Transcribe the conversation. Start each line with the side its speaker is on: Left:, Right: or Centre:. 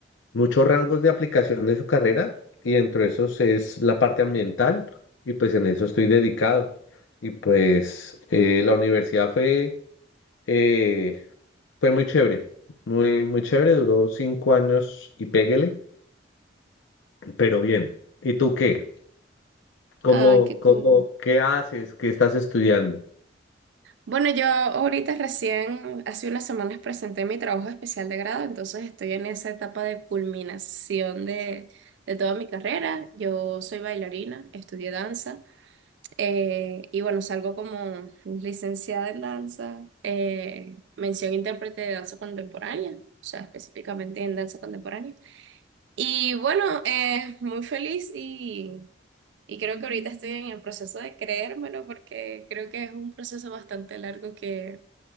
Left: muchos rangos de aplicación de su carrera y dentro de esos es la parte ambiental y pues en eso estoy dedicado. Y pues eh, la universidad fue, eh, fue muy chévere, muy, muy chévere, duró cinco años y péguele, pero bien. ¿Y tú qué? ¿Cómo,
Right: Ah, qué
Left: cómo,
Right: cool.
Left: qué haces? ¿Qué estás estudiando?
Right: Bueno, yo ahorita recién, hace unas semanas presenté mi trabajo especial de grado, entonces estoy en esa etapa de culminación de, de toda mi carrera. Yo soy bailarina, estudié danza. Eh, y bueno, salgo como licenciada en danza, eh, mención intérprete de danza contemporánea, o sea, específicamente en danza contemporánea. Y bueno, eh, muy feliz y, y creo que ahorita estoy en el proceso de creérmelo porque creo que es un proceso bastante largo que,